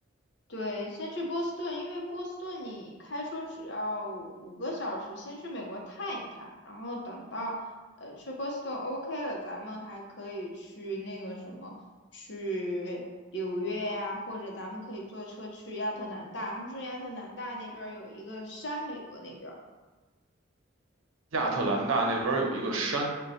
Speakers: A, on the left; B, on the right.
A: 对，先去波斯顿，因为波斯顿你开车只要五个小时，先去美国探一探，然后等到呃去波斯顿 OK 了，咱们还可以去那个什么，去纽约呀、或者咱们可以坐车去亚特兰大。他们说亚特兰大那边儿有一个山，美国那边儿
B: 亚特兰大那边有一个山，